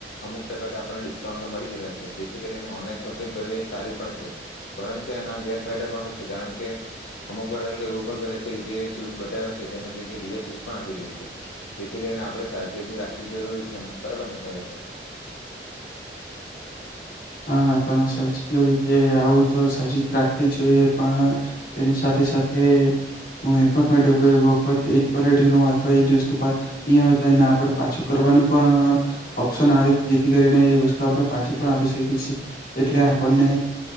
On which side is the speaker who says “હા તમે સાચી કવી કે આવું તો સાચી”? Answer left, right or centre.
Left